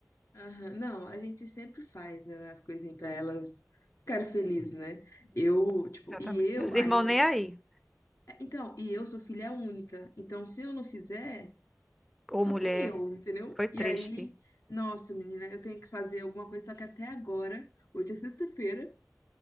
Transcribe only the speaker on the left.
aham. Não, a gente sempre faz, né, as coisinhas pra elas ficarem felizes, né? Eu, tipo,
e eu
ainda.
eu sou-
é, Então, e eu sou filha única. Então, se eu não fizer,
só
tem eu, entendeu?
E aí, nossa, menina, eu tenho que fazer alguma coisa, só que até agora, hoje é sexta-feira,